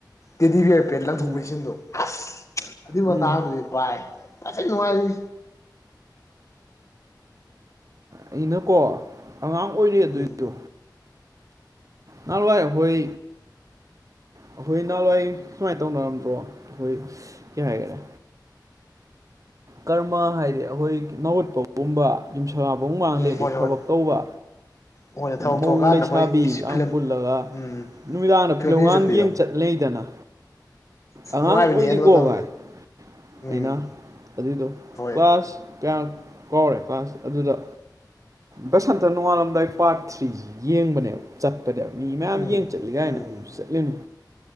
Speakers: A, on the left (about 40°); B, on the right (about 45°).
A: ꯇꯦꯗꯤꯕꯤꯌꯔ ꯄꯦꯟ ꯂꯪꯊꯣꯛꯄ
B: ꯎꯝ
A: ꯏꯁꯤꯟꯗꯣ ꯑꯁ ꯑꯗꯨꯏ
B: ꯎꯝ
A: ꯃꯇꯥꯡꯗꯨꯗꯤ ꯚꯥꯏ ꯐꯖꯅ ꯋꯥꯏꯌꯦ
B: ꯑꯩꯅꯀꯣ ꯑꯉꯥꯡ ꯑꯣꯏꯔꯦ ꯑꯗꯨꯏꯗꯣ
A: ꯎꯝ
B: ꯅꯋꯥꯏ ꯑꯩ ꯍꯣꯏ ꯑꯩꯈꯣꯏ ꯅꯍꯥꯟꯋꯥꯏ ꯁꯨꯃꯥꯏꯅ ꯇꯧꯅꯔꯝꯗ꯭ꯔꯣ ꯑꯩꯈꯣꯏ ꯀꯩ ꯍꯥꯏꯒꯔꯦ ꯀꯔꯃ ꯍꯥꯏꯗꯤ ꯑꯩꯈꯣꯏ ꯅꯥꯋꯠꯄ ꯄꯨꯝꯕ ꯌꯨꯝꯁꯐꯧ ꯃꯥꯡꯂꯦꯗꯤ
A: ꯎꯝ ꯍꯣꯏ ꯍꯣꯏ
B: ꯊꯕꯛ ꯇꯧꯕ
A: ꯍꯣꯏꯅꯦ ꯊꯕꯛ
B: ꯃꯎ
A: ꯊꯣꯛꯑꯀꯥꯟꯗ
B: ꯂꯩꯁꯥꯕꯤꯒ
A: ꯑꯩꯈꯣꯏ
B: ꯌꯥꯝ
A: ꯐꯤꯂꯝ
B: ꯄꯨꯜꯂꯒ
A: ꯎꯝ
B: ꯅꯨꯃꯤꯗꯥꯡꯗ
A: ꯐꯤꯂꯝ
B: ꯐꯤꯂꯝꯉꯥꯡ
A: ꯆꯠꯄꯤꯗꯣ
B: ꯌꯦꯡ ꯆꯠ ꯂꯩꯗꯅ ꯑꯉꯥꯡ
A: ꯅꯨꯡꯉꯥꯏꯕꯅꯤꯍꯦ
B: ꯑꯣꯏꯔꯤꯀꯣ
A: ꯑꯗꯨ ꯃꯇꯝ
B: ꯚꯥꯏ ꯑꯩꯅ
A: ꯎꯝ
B: ꯑꯗꯨꯏꯗꯣ
A: ꯍꯣꯏ
B: ꯀ꯭ꯂꯥꯁ ꯀꯌꯥ ꯀꯧꯔꯦ ꯀ꯭ꯂꯥꯁ ꯑꯗꯨꯗ ꯕꯁꯟꯇ ꯅꯣꯡꯉꯥꯜꯂꯝꯗꯥꯏ ꯄꯥꯔꯠ ꯊ꯭ꯔꯤꯁꯤ ꯌꯦꯡꯕꯅꯦꯕ ꯆꯠꯄꯅꯦꯕ ꯃꯤ ꯃꯌꯥꯝ
A: ꯎꯝ
B: ꯌꯦꯡ ꯆꯠꯂꯤ ꯀꯥꯏꯅ
A: ꯎꯝ
B: ꯑꯩꯁꯨ ꯆꯠꯂꯤꯅꯤ